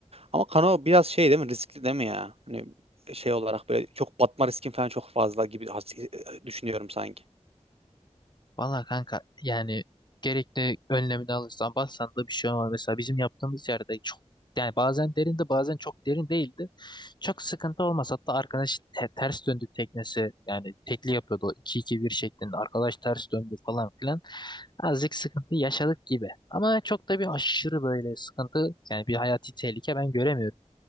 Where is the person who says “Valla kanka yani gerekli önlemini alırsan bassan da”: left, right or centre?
Left